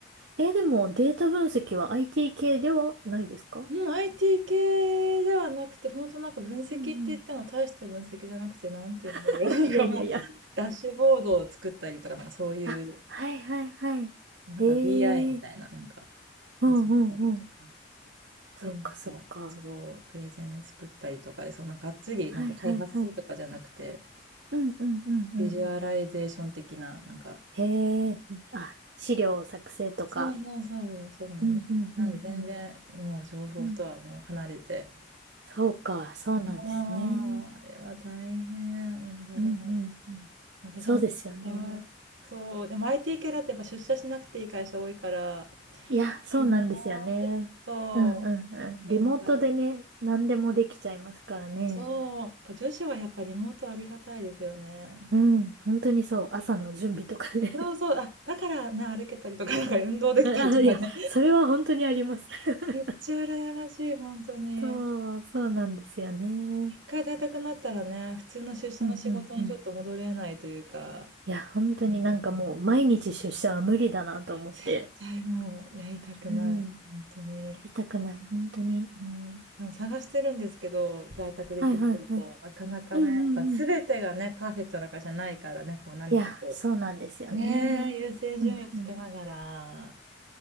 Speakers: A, on the right (about 65°); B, on the right (about 80°).
A: えーでもデータ分析は IT 系ではないですか
B: うん、IT 系ではなくて、本当なんか分析って言っても大した分析じゃなくて、
A: うんうん。
B: なんていうんだろう、
A: <laughs>
B: なんかもう、
A: いやいやいや。
B: ダッシュボードを作ったりとか、なんかそういう、
A: あ、はいはいはい。
B: なんか
A: ええー。
B: BI みたいな、なんか
A: うんうんうん。
B: いじったりとか。
A: そっかそっか。
B: で、なんか、そう、プレゼン作ったりとかで、そんながっつり、
A: はいはいはい。
B: なんか開発するとかじゃなくて、
A: うんうんうんうん。
B: ビジュアライゼーション的な、なんか、
A: へえ。あ、資料作成とか。
B: そうそうそう、そうなんです。
A: うんうんうんうん。
B: なんで全然、もう情報とはもう離れて、
A: うんそうか、そうなんですね。
B: ああ、あれは大変、戻れない
A: うんうんうん。
B: な。私も出社、
A: そうですよね。
B: そう、でも IT 系だってやっぱ出社しなくていい会社多いから、
A: いや、そうなんですよね。
B: いいなーって、そう、
A: うんうんうん。
B: 思いながら。
A: リモートでね、何でもできちゃいますからね。
B: そう、やっぱ女子はやっぱリモートありがたいですよね。
A: うん、本当にそう。朝の準備とかね。
B: そうそう、あ、だからね、歩けたりとか、なんか運動できたりとかね。
A: <laughs> あ、いや、それは本当にあります。<laughs>
B: <laughs> めっちゃ羨ましい、本当に。
A: そう、そうなんですよね。
B: 一回在宅になったらね、普通の出社の仕事にちょっと戻れないというか、
A: うんうんうん。いや、本当になんかもう毎日出社は無理だなと思って。
B: うーん、絶対もうやりたくない、
A: うん。
B: 本当に。
A: やりたくない、本当に。
B: うーん、でも探してるんですけど、在宅できる仕事、
A: はいはいはい。
B: なかなかね、
A: うんうんうん。
B: やっぱ全てがね、パーフェクトな会社ないからね、こう何かこ
A: いや、そうなんですよね。
B: う、ねえ、優先順位つけながら、
A: うんうん。